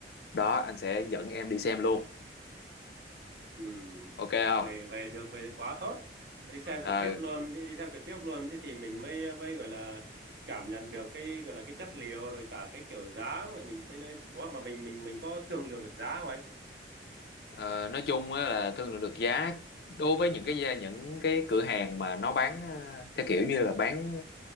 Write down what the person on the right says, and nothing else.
Ừ.
Vậy vậy được vậy thì quá tốt. Đi xem
trực tiếp luôn, đi, đi xem trực tiếp luôn thì thì mình mới mới gọi là cảm nhận được cái gọi là cái chất liệu rồi cả cái kiểu dáng rồi mình tới nơi có mà mình mình mình có thương lượng được giá không anh?